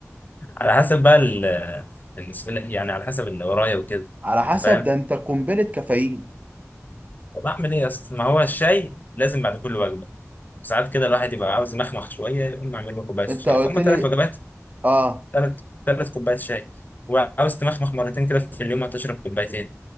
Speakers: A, on the left (about 35°); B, on the right (about 30°).
A: على حسب بقى ال ال- بسم الله يعني على حسب اللي ورايا وكده
B: على حسب
A: انت فاهم
B: ده انت قنبلة كافيين
A: طب اعمل ايه يا اسطى ما هو الشاي لازم بعد كل وجبه ساعات كده الواحد يبقى عاوز يمخمخ شويه يقوم اعمل له كوبايه شاي
B: انت قلت
A: فهم
B: لي
A: ثلاث وجبات
B: اه
A: ثلاث ثلاث كوبايات شاي وعاوز تمخمخ مرتين كده في اليوم هتشرب كوبايتين